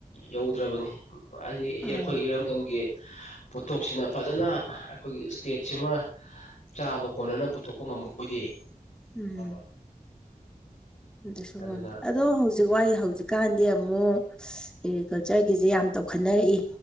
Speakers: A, on the left; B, in the centre.
A: ꯌꯧꯗ꯭ꯔꯕꯅꯤ ꯍꯥꯏꯗꯤ ꯑꯩꯈꯣꯏ
B: ꯑꯥ
A: ꯏꯔꯝꯗꯝꯒꯤ ꯄꯣꯠꯊꯣꯛꯁꯤꯅ ꯐꯖꯅ ꯑꯩꯈꯣꯏꯒꯤ ꯏꯁꯇꯦꯠꯁꯤꯃꯥ ꯆꯥꯕ ꯀꯣꯟꯅꯅ ꯄꯨꯊꯣꯛꯄ ꯉꯝꯕ ꯑꯣꯏꯗꯤ
B: ꯎꯝ
A: ꯐꯕ꯫
B: ꯑꯗꯨꯁꯨ
A: ꯑꯗꯨꯅ
B: ꯉꯝꯗ‌ꯦ ꯑꯗꯣ ꯍꯧ ꯍꯧꯖꯤꯛ ꯋꯥꯏ ꯍꯧꯖꯤꯛꯀꯥꯟꯗꯤ ꯑꯃꯨꯛ ꯑꯦꯒ꯭ꯔꯤꯀꯜꯆꯔꯒꯤꯖꯤ ꯌꯥꯝ ꯇꯧꯈꯠꯅꯔꯛꯏ꯫